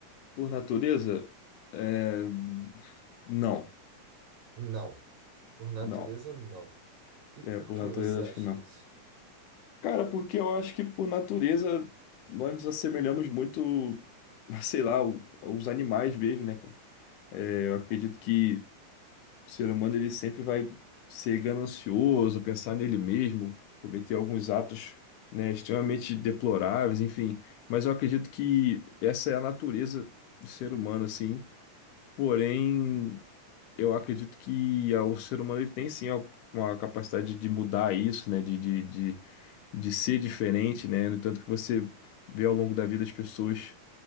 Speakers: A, on the left; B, on the right.
A: por natureza, é... não,
B: Não. Por natureza,
A: não.
B: não. E por
A: É, por
B: que
A: natureza,
B: você acha
A: acho que não.
B: isso?
A: Cara, porque eu acho que, por natureza, nós nos assemelhamos muito, <laughs> sei lá, o- os animais mesmo, né, cara? É, Eu acredito que O ser humano ele sempre vai ser ganancioso, pensar nele mesmo, cometer alguns atos, né, extremamente deploráveis, enfim. Mas eu acredito que essa é a natureza do ser humano, assim. Porém, eu acredito que ah, o ser humano ele tem sim a- uma capacidade de mudar isso, né, de, de, de, de ser diferente, né. No entanto que você vê ao longo da vida as pessoas